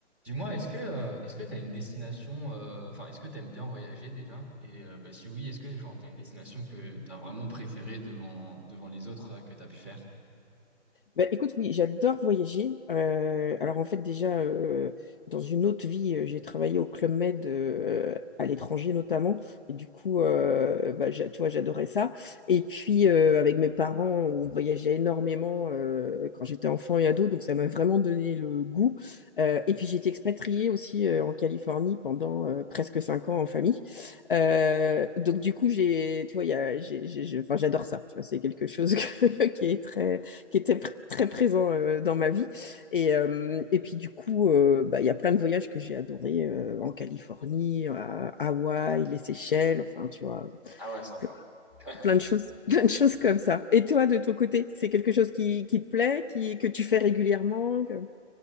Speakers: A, in the centre; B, on the left.
A: Dis-moi, est-ce que euh, est-ce que tu as une destination, euh, enfin, est-ce que tu aimes bien voyager déjà? Et euh, bah, si oui, est-ce que genre, tu as une destination que tu as vraiment préférée devant, devant les autres euh, que tu as pu faire?
B: Bah, écoute, oui, j'adore voyager. Euh, alors en fait, déjà, euh, dans une autre vie, euh, j'ai travaillé au Club Med euh, à l'étranger notamment. Et du coup, euh, bah, j'a- tu vois, j'adorais ça. Et puis, euh, avec mes parents, on voyageait énormément euh, quand j'étais enfant et ado. Donc, ça m'a vraiment donné le goût. Euh, et puis, j'ai été expatriée aussi euh, en Californie pendant euh, presque cinq ans en famille. Euh, donc, du coup, j'ai, tu vois, il y a- j'ai- j'ai- j'ai- enfin, j'adore ça. Tu vois, c'est quelque chose que- <laughs> qui est très qui était pr- très présent euh, dans ma vie. Et, euh, et puis du coup, euh, bah, il y a plein de voyages que j'ai adorés euh, en Californie, à Hawaï, les Seychelles, enfin, tu vois,
A: Ah ouais, sympa.
B: plein,
A: <laughs>
B: plein de choses, <laughs> plein de choses comme ça. Et toi, de ton côté, c'est quelque chose qui, qui te plaît, qui, que tu fais régulièrement que-